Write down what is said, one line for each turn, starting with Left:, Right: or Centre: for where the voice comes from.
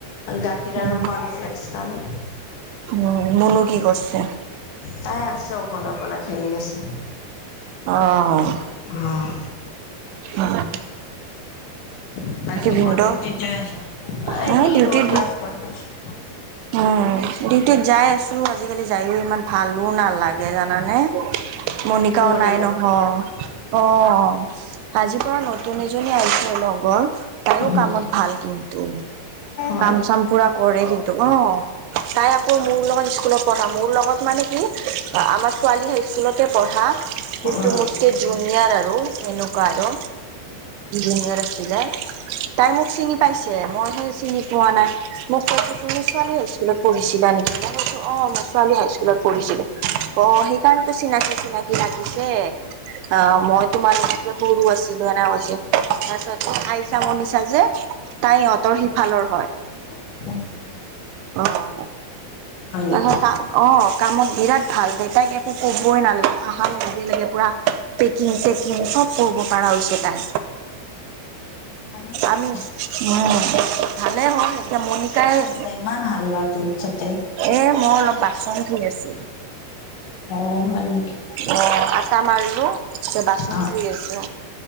Left: গাখীৰ
Right: উম,
Left: আৰু কৰ্ণফ্লেক্স খালোঁ।
Right: উম মনু কি কৰছে?
Left: তাই আছে অকলে অকলে খেলি আছে।
Right: অঁ।
Left: অঁহ।
Right: হয়।
Left: <inaudible>
Right: ভিনদেউ? মই ডিউটিত উ'ম। ডিউটিত যাই আছো, আজিকালি যায়ও ইমান ভালো নালাগে জানানে। মণিকাও
Left: মণিকা
Right: নাই নহয় অঁ। আজিৰ পৰা নতুন এজনী আহছিলে লগৰ, তাইও
Left: উম
Right: কামত ভাল কিন্তু।
Left: হয়
Right: কাম চাম পুৰা কৰে কিন্তু অঁ, তাই মোৰ লগত স্কুলত পঢ়া মোৰ লগত মানে কি আমাৰ ছোৱালী হাই স্কুলতে পঢ়া। কিন্তু
Left: অ
Right: মোতকেই জুনিয়ৰ আৰু সেনেকুৱা আৰু। জুনিয়ৰ আছিলে তাই মোক চিনি পাইছে মই সে চিনি। পোৱা নাই, মোক কৈছে তুমি ছোৱালী হৈছিলো পঢ়িছিলা নেকি? মই কৈছোঁ অঁহ মই ছোৱালী হাইস্কুলত পঢ়িছিলোঁ, অঁহ সেইকাৰণে। টো চিনাকি চিনাকি লাগিছে। অঁ মই তোমালোকতে সৰু আছিলো সেনেকৈ কৈছিলে। তাৰপিছত এই আহইছা মনিছা যে, তাই ইহঁতৰ সিফালৰ।
Left: <inaudible>
Right: অঁ অঁ,
Left: হয় নেকি
Right: তাহাতা অঁ কামত বিৰাট ভাল দে তাইক একো কবই নালাগে আহান লগে লগে পুৰা। পেকিং চেকিং চব কৰিব পাৰা হৈছে তাই।
Left: ভালে হৈছে
Right: আমি উম ভালে হল। এতিয়া মনিকাই
Left: এই কি কৰিছা ইমান হাল্লা তো ছতে।
Right: এ মই অলপ বাচন ধুই আছো।
Left: অ হয় নেকি
Right: অঁ, আটা মাৰলো তিয়া বাচন
Left: অ
Right: ধুই আছো।